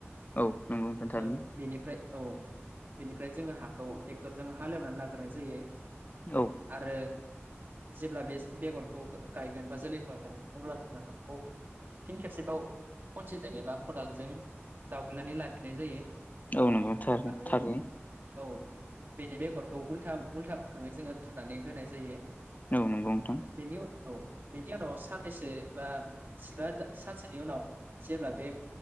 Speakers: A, on the left; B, on the right.
A: औ नोंगौ नोंथां थारैनो
B: ओ बेनिफ्राय औ बिनिफ्राय जोङो हाखौ टरजों हालेवनानै लाग्रोनाय जायो
A: औ
B: आरो जेब्ला बेज बेगरखौ गायगोन बा जोलै हरगोन अब्ला जोङो फिन खेबसेबाव खनसेजों एबा खदालजों जावगनानै लाफिनाय जायो
A: औ नोंगौ थार
B: आरो
A: थारैनो
B: औ बिदि बेगरखौ उल्था उल्थाफोरखाङै जोङो थुनानै होनाय जायो।
A: औ नंगौ नोंथां
B: बिनि औ बिनि उनाव साननैसो बा सिबा सानसेनि उनाव जेब्ला बे